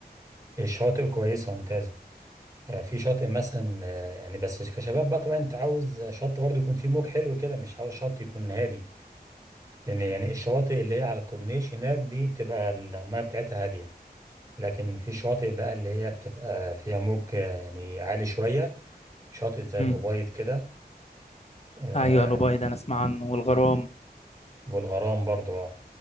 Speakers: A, on the right; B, on the left.
A: والشواطئ كويسة وممتازة آه، في شاطئ مثلا آه، يعني بس كشباب بقى طبعا أنت عاوز شط برضه يكون فيه موج حلو كده مش عاوز شط يكون هادي لأن يعني
B: امم
A: الشواطئ اللي هي على الكورنيش هناك دي بتبقى المياه بتاعتها هادية لكن في شواطئ بقى اللي هي بتبقى فيها موج آه، يعني عالي شوية شاطئ زي
B: أمم.
A: الأبيض كده آه،
B: ايوه الأبيض
A: يعني
B: انا اسمع عنه والغرام
A: والغرام برضو اه